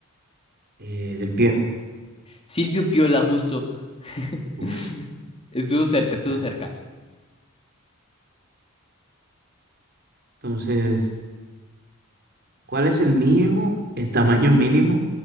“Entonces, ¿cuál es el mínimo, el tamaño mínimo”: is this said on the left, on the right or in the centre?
Right